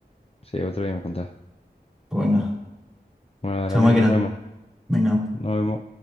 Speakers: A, on the left; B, in the centre.
A: Sí, otro día me contás.
B: Pues venga.
A: Bueno, dale
B: Chao,
A: amigo,
B: máquina.
A: nos vemos.
B: Venga.
A: Nos vemos.